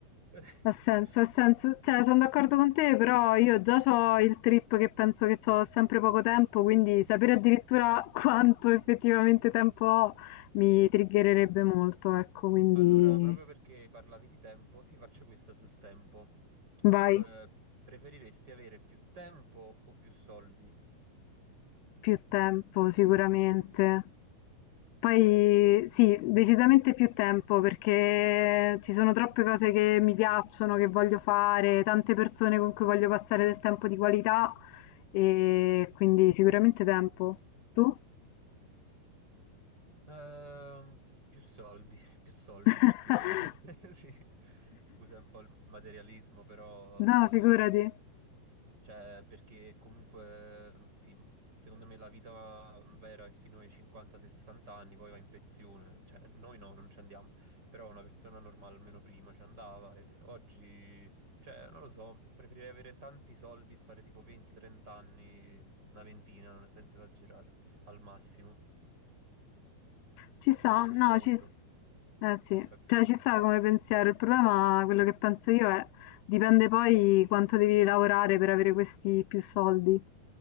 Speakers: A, on the right; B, on the left.
A: <laughs>
B: ha senso, ha senso. Cioè, sono d'accordo con te, però io già ho il trip che penso che ho sempre poco tempo, quindi sapere addirittura <laughs> quanto effettivamente tempo ho mi triggererebbe molto, ecco, quindi
A: Allora, proprio perché parlavi di tempo, ti faccio questa sul tempo.
B: vai.
A: Eh, preferiresti avere più tempo o più soldi?
B: Più tempo sicuramente. Poi sì, decisamente più tempo perché ci sono troppe cose che mi piacciono, che voglio fare, tante persone con cui voglio passare del tempo di qualità e quindi sicuramente tempo. Tu?
A: Ehm, più soldi, <laughs> più soldi
B: <laughs>
A: perché <laughs> sì, scusa un po' il materialismo, però ehm,
B: No, figurati.
A: Cioè, perché comunque, sì, secondo me la vita vera è fino ai 50-60 anni, poi va in pensione. Cioè, noi no, non ci andiamo. Però una persona normale almeno prima ci andava e oggi, cioè, non lo so, preferirei avere tanti soldi e fare tipo 20-30 anni, una ventina, non- senza esagerare, al massimo.
B: Ci sta,
A: Vedermi
B: no,
A: il mondo,
B: ci, s- eh sì,
A: capito?
B: cioè ci sta come pensiero. Il problema, quello che penso io è, dipende poi quanto devi lavorare per avere questi più soldi,